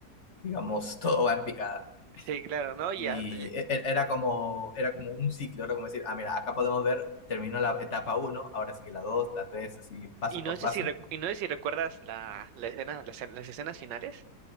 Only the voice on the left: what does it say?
digamos, <laughs> todo va en picada.
Y
e- e- era como, era como un ciclo, era como decir, ah, mira, acá podemos ver, terminó la etapa uno ahora sigue la dos la tres así paso
por
paso.